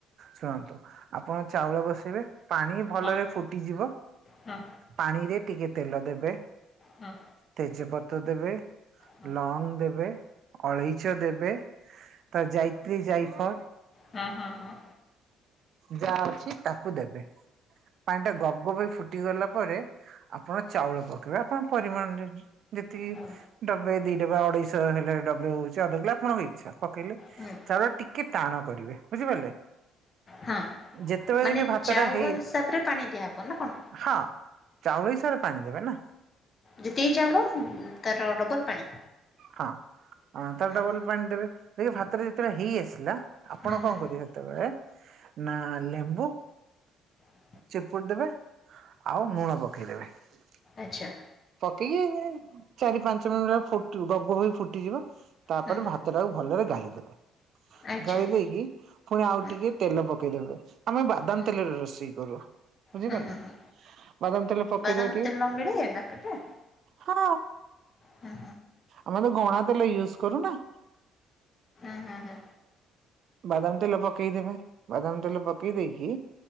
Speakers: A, on the right; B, on the left.
A: ଶୁଣନ୍ତୁ ଆପଣ ଚାଉଳ ବସେଇବେ ପାଣି ଭଲରେ
B: ହଁ
A: ଫୁଟିଯିବ
B: ହଁ
A: ପାଣିରେ ଟିକେ ତେଲ ଦେବେ।
B: ହଁ ହଁ
A: ତେଜପତ୍ର ଦେବେ
B: ହଁ
A: ଲଙ୍ଗ ଦେବେ। ଅଳେଇଚ ଦେବେ ତ ଯାଇତ୍ରୀ ଯାଇଫର
B: ହଁ ହଁ ହଁ।
A: ଯାହା ଅଛି ତାକୁ ଦେବେ। ପାଣି ଟା ଗବ ଗବ ହେଇ ଫୁଟି ଗଲା ପରେ ଆପଣ ଚାଉଳ ପକେଇବେ ଆପଣ ପରିମାଣରେ ଯେତିକି
B: ହୁଁ ହୁଁ
A: ଡବେ ଦିଇ ଡବେ ଅଢେଇଶହ ହେଲେ ଡବେ ହୋଉଚି ଅଧଗିଲା ଆପଣ ଇଚ୍ଛା ପକେଇଲେ।
B: ହୁଁ
A: ଚାଉଳ ଟିକେ ଟାଣ କରିବେ ବୁଝିପାରିଲେ।
B: ହଁ
A: ଯେତେବେଳେ
B: ମାନେ
A: ଦେଖିବେ ଭାତ
B: ଚାଉଳ
A: ଟା ହେଇ
B: ହିସାବରେ ପାଣି ଦିଆହବ ନା କଣ?
A: ହଁ। ଚାଉଳ ହିସାବରେ ପାଣି ଦେବେ ନା।
B: ଯେତିକି ଚାଉଳ ଉଁ, ତାର ଡବଲ୍ ପାଣି?
A: ହଁ। ହଁ ତାର
B: ହୁଁ
A: ଡବଲ୍ ପାଣି ଦେବେ। ଦେଖିବେ ଭାତଟା ଯେତେବେଳେ ହେଇ ଆସିଲା ଆପଣ
B: ହୁଁ ହୁଁ
A: କଣ କରିବେ ସେତେବେଳେ ନା ଲେମ୍ବୁ
B: ହ।
A: ଚିପୁଡ଼ି ଦେବେ ଆଉ ଲୁଣ ପକେଇଦବେ ।
B: ଆଚ୍ଛା।
A: ଏତିକି ଚାରି ପାଞ୍ଚ ମିନିଟ୍ ର ଫୁଟିବ ଗବ ଗବ ହେଇ ଫୁଟିଯିବ। ତାପରେ
B: ହୁଁ
A: ଭାତ ଟାକୁ ଭଲରେ ଗାଈ ଦେବେ।
B: ଆଚ୍ଛା
A: ଗାଳି ଦେଇକି ପୁଣି ଆଉ
B: ହୁଁ
A: ଟିକେ ତେଲ ପକେଇଦବେ। ଆମେ ବାଦାମ
B: ହୁଁ
A: ତେଲରେ ରୋଷେଇ କରୁ। ବୁଝିପାରିଲେ।
B: ହୁଁ ହୁଁ ହୁଁ
A: ବାଦାମ ତେଲ ପକେଇଦେବେ
B: ବାଦାମ
A: ଟିକେ।
B: ତେଲ ମିଳେ ମାର୍କେଟରେ?
A: ହଁ।
B: ହୁଁ
A: ଆମେ ତ ଗଣା ତେଲ ୟୁଜ୍ କରୁ ନା।
B: ହଁ, ହଁ।
A: ବାଦାମ ତେଲ ପକେଇଦେବେ। ବାଦାମ ତେଲ ପକେଇ ଦେଇକି